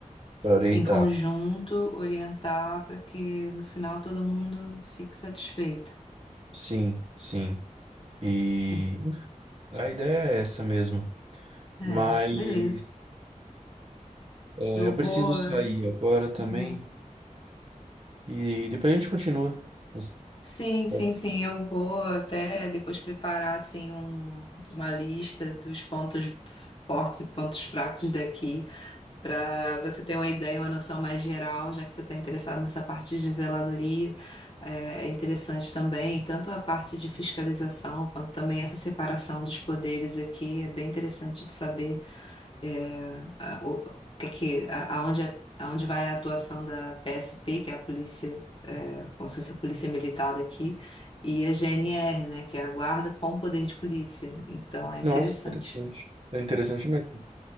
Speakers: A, on the right; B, on the left.
A: para orientar.
B: em conjunto, orientar para que no final todo mundo fique satisfeito.
A: Sim, sim. E
B: Sim.
A: a ideia é essa mesmo.
B: É,
A: Mas
B: beleza.
A: é,
B: Eu
A: eu
B: vou.
A: preciso sair agora também
B: Uhum.
A: e depois a gente continua. Nossa,
B: Sim, sim,
A: pode-
B: sim. Eu vou até depois preparar assim um- uma lista dos pontos fortes e pontos fracos daqui, para você ter uma ideia, uma noção mais geral, já que você está interessado nessa parte de zeladoria, é é interessante também, tanto a parte de fiscalização, quanto também essa separação dos poderes aqui, é bem interessante de saber é, a- o, que, é que- a- aonde, é- aonde vai a atuação da PSP, que é a polícia, é, como se fosse a polícia militar daqui, e a GNR, né, que é a guarda com poder de polícia. Então é
A: Nossa,
B: interessante.
A: interessante. É interessante mesmo.